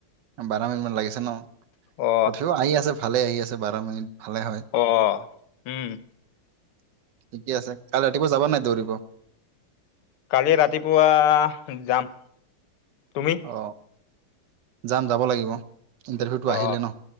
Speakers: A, on the right; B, on the left.
A: বাৰ মিনিট মান লাগিছে ন?
B: অ
A: তঠাপিও আহি আছে ভালে আহি আছে বাৰ মিনিট। ভালে হয়
B: অ! অ উম
A: ঠিকে আছে কাইলে ৰাতিপুৱা যাবা নাই দৌৰিব?
B: কালি ৰাতিপুৱা যাম। তুমি
A: অ যাম যাব লাগিব। ইণ্টাৰভিউটো
B: অ
A: আহিলে ন